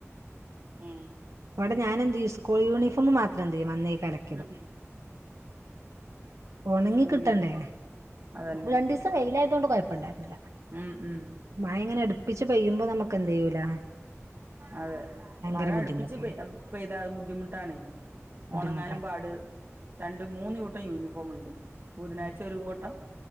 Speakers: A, on the right; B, on the right.
A: ഉം
B: അവിടെ ഞാനെന്തീസ് സ്കൂൾ യൂണിഫോം മാത്രം എന്ത് ചെയ്യും വന്നേ അലക്കിയിടും
A: ഉം
B: ഒണങ്ങി
A: സ്കൂളിൽ
B: കിട്ടണ്ടേ
A: അതന്നെ
B: രണ്ടിസം വെയിലായതുകൊണ്ട് കൊഴപ്പ ഇണ്ടായിരുന്നില്ല
A: ഉം ഉം
B: മഴ ഇങ്ങനെ അടുപ്പിച്ച് പെയ്യ കുമ്പ നമുക്ക് എന്ത് ചെയ്യൂല
A: അതെ
B: ഭയങ്കര
A: മഴ
B: ബുദ്ധിമുട്ടാണ്
A: അടുപ്പിച്ച് പെയ്താ അത് ബുദ്ധിമുട്ടാണേ
B: ബുദ്ധിമുട്ടാണ്
A: ഒണങ്ങാനും പാട് രണ്ട് മൂന്ന് കൂട്ടം യുണിഫോ ഫോമ്ണ്ട് ബുധനാഴ്ച
B: ഉം
A: ഒരു കൂട്ടം